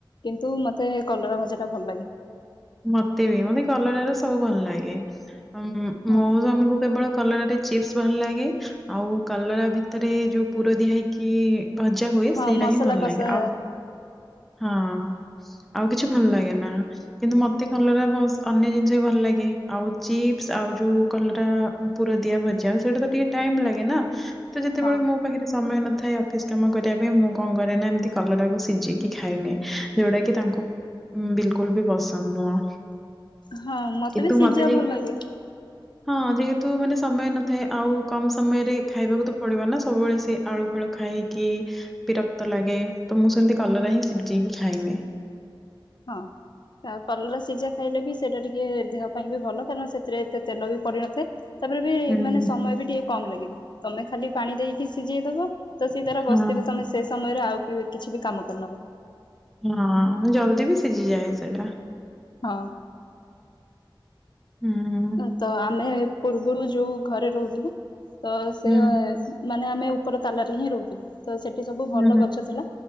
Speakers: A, on the left; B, in the centre.
A: କିନ୍ତୁ ମତେ କଲର ଭଜା ଟା ଭଲ ଲାଗେ।
B: ମତେ ବି ମତେ କଲର ର ସବୁ ଭଲ ଲାଗେ ମୋ
A: ହଁ
B: ସ୍ୱାମୀକୁ କେବଳ କଲରାଟେ ଚିପ୍ସ ଭଲ ଲାଗେ ଆଉ କଲରା ଭିତରେ ଯଉ ପୁର ଦିଆ ହେଇକି ଭଜା ହୁଏ
A: ହଁ
B: ସେଇଟା
A: ମସଲା
B: ହିଁ ଭଲ
A: କଷା
B: ଲାଗେ ଆଉ ହଁ ସ୍ ଆଉ କିଛି ଭଲ ଲାଗେ ନା ସ୍। କିନ୍ତୁ ମତେ କଲରା ବସ୍ ଅନ୍ୟ ଜିନିଷ ବି ଭଲ ଲାଗେ ଆଉ ଚିପ୍ସ ଆଉ ଯୋଉ କଲ୍ରା ପୁର ଦିଆ ଭଜା ସେଇଟା ତ ଟିକେ ଟାଇମ ଲାଗେ ନା ତ ଯେତେବେଳେ
A: ହଁ
B: ମୋ ପାଖେରେ ସମୟ ନଥାଏ ଅଫିସ କାମ କରିବା ପାଇଁ ମୁଁ କଣ କରେ ନା ଏମିତି କଲରାାକୁ ସିଝେଇକି ଖାଇନିଏ ଏ। ଯୋଉଟା କି ତାଙ୍କୁ ଉଁ ବିଲକୁଲ ବି ପସନ୍ଦ ନୁହଁ।
A: ହଁ ମତେ
B: କିନ୍ତୁ
A: ବି ସିଝା
B: ଯେହେତୁ
A: ଭଲ୍ ଲାଗେ।
B: <inaudible> ହଁ ଯେହେତୁ ମାନେ ସମୟ ନଥାଏ ଆଉ କମ୍ ସମୟରେ ଖାଇବାକୁ ତ ପଡିବ ନା ସବୁବେଳେ ସେ ଆଳୁ ଫଳୁ ଖାଇ। କି ବିରକ୍ତ ଲାଗେ ତ ମୁଁ ସେମିତି କଲରା ହିଁ ସିଝେଇକି ଖାଇନିଏ।
A: ହଁ ଆଉ କଲରା ସିଝା। ଖାଇଲେ ବି ସେଇଟା ଟିକେ ଦେହ ପାଇଁ ବି ଭଲ କାରଣ ସେଥିରେ ଏତେ ତେଲ ବି ପଡି ନଥାଏ। ତାପରେ ବି
B: ହୁଁ।
A: ମାନେ ସମୟ ବି ଟିକେ କମ ଲାଗିବ ତମେ ଖାଲି ପାଣି ଦେଇକି ସିଝେଇଦବ। ତ ସିଏ ତାର
B: ହଁ
A: ବସ୍ତିର ତମେ ସେ ସମୟରେ ଆଉ କିଛିବି କାମ କରୀନବ।
B: ହଁ ଜଲ୍ଦି ବି ସିଝିଯାଏ ସେଇଟା।
A: ହଁ।
B: ହୁଁ।
A: ଆ ତ ଆମେ ପୂର୍ବରୁ ଯୋଉ ଘରେ ରହୁଥିଲୁ ତ ସେ
B: ହୁଁ
A: ମାନେ ଆମେ ଉପର ତାଲାରେ ହିଁ ରହୁଥିଲୁ। ତ ସେଠି ସବୁ
B: ହୁଁ
A: ଭଲ ଗଛ ଥିଲା